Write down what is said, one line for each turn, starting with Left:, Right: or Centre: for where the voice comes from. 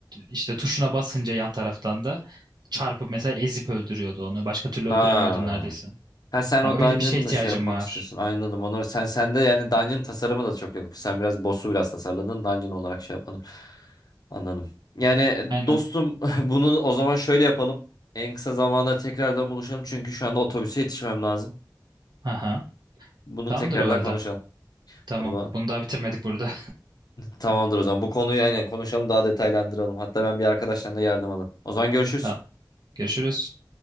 Right: İşte tuşuna basınca yan taraftan da çarpıp mesela ezip öldürüyordu onu. Başka türlü
Left: Ha.
Right: öldüremiyordun neredeyse.
Left: Ha sen
Right: Ha,
Left: o
Right: öyle
Left: dungeon'la
Right: bir şeye ihtiyacım
Left: şey yapmak
Right: var.
Left: istiyorsun. Anladım. Onları sen sende yani dungeon tasarımı da çok yok. Sen biraz boss'u biraz tasarladın. Dungeon olarak şey yapmadın. Anladım. Yani e,
Right: Aynen.
Left: dostum <laughs> bunu o zaman şöyle yapalım. En kısa zamanda tekrardan buluşalım. Çünkü şu anda otobüse yetişmem lazım.
Right: Aha.
Left: Bunu
Right: Tamamdır
Left: tekrardan
Right: o halde.
Left: konuşalım.
Right: Tamam.
Left: O zaman
Right: Bunu daha bitirmedik burada.
Left: tamamdır o zaman. Bu konuyu aynen konuşalım daha detaylandıralım. Hatta ben bir arkadaştan da yardım alayım. O zaman görüşürüz.
Right: <laughs> Tamam. Görüşürüz.